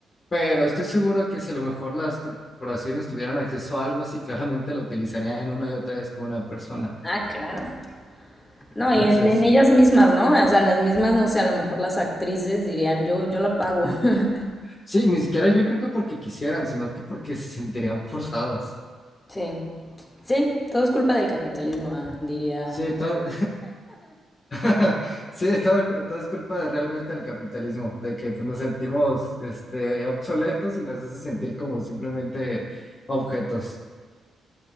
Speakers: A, on the left (about 45°); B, on the left (about 25°).
A: Pero estoy seguro que si a lo mejor las corporaciones tuvieran acceso a algo así, <laughs> claramente lo utilizarían una y otra vez con una persona.
B: Ah, claro. No,
A: Entonces,
B: y en, en ellas mismas, ¿no? O sea, las mismas, no sé, a lo mejor las actrices dirían, yo, yo lo pago. <laughs>
A: sí, ni siquiera yo creo que porque quisieran, sino que porque se sentirían forzadas.
B: Sí. Sí, todo es culpa del capitalismo, ah, diría.
A: Sí, todo, <laughs> sí, todo, todo es culpa de- realmente del capitalismo, de que pues, nos sentimos este, obsoletos y nos hace sentir como simplemente objetos.